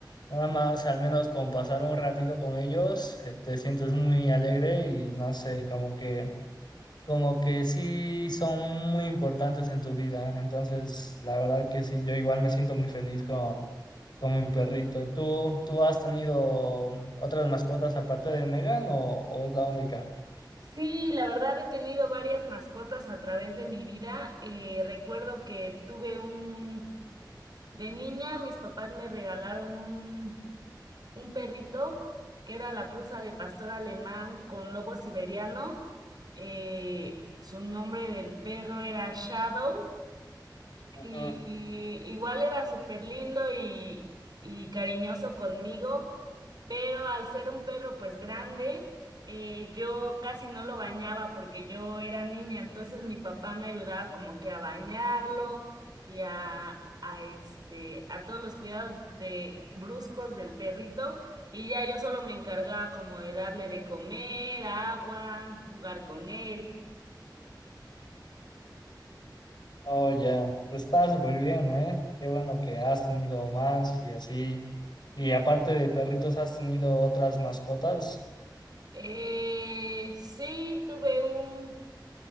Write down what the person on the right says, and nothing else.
Sí, la verdad he tenido varias mascotas a través de mi vida. Eh, recuerdo que tuve un De niña, mis papás me regalaron un, un perrito que era la cruza de pastor alemán con lobo siberiano. Eh, su nombre del perro era Shadow
y, y igual era súper lindo y, y cariñoso conmigo, pero al ser un perro pues grande, eh, yo casi no lo bañaba porque yo era niña, entonces mi papá me ayudaba como que a bañarlo y a, a este, a todos los cuidados de bruscos del perrito y ya yo solo me encargaba como de darle de comer, agua, jugar con él.
Eh, sí, tuve un,